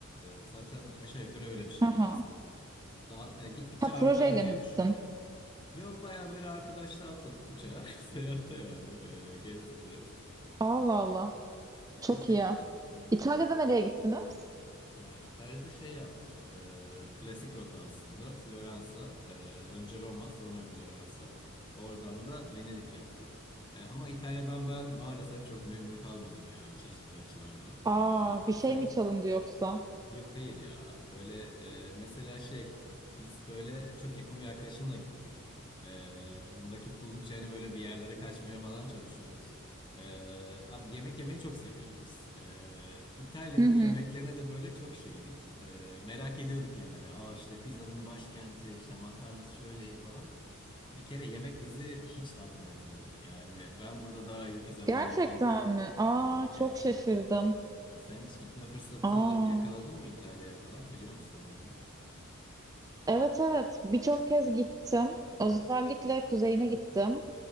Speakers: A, on the left (about 25°); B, on the right (about 15°).
A: E, zaten aşağı yukarı öyle bir şey
B: Hı hı.
A: lazımdı. Daha yani gittikçe
B: Ha
A: artar
B: projeyle
A: diye
B: mi gittin?
A: düşünüyorum. Yo baya böyle arkadaşla atladık uçağa. <laughs> Seyahate yani. Ee, gezdik biraz.
B: Allah Allah. Çok
A: O şekilde.
B: iyi.
A: Hı.
B: İtalya'da nereye gittiniz?
A: Ya İtalya'da şey yaptık. Ee, klasik rota aslında. Floransa. ee, önce Roma sonra Floransa. Oradan da Venedik yaptık. Ee, ama İtalya'dan ben maalesef çok memnun kalmadım ya çeşitli açılardan.
B: Aa
A: Ee,
B: bir şey
A: sen?
B: mi çalındı yoksa?
A: Yok hayır ya. Böyle e, mesela şey biz böyle çok yakın bir arkadaşımla gittik. E, vakit buldukça hani böyle bir yerlere kaçmaya falan çalışıyoruz. E, abi yemek yemeyi çok seviyoruz biz. E, İtalya'nın
B: Hı hı.
A: yemeklerine de böyle çok şeydik. E, merak ediyorduk yani. Aa işte pizzanın başkenti, işte makarnası şöyle iyi falan. Bir kere yemek bizi hiç tatmin etmedi. Yani ben burada daha iyi pizzalar
B: Gerçekten
A: yedim.
B: mi? Aa
A: E,
B: çok
A: gerçekten.
B: şaşırdım.
A: Sen hiç gitme fırsatı
B: Aa
A: yakaladın mı İtalya'ya falan biliyor musun oraları?
B: evet evet birçok kez gittim.
A: Hı
B: Özellikle
A: hı.
B: kuzeyine gittim.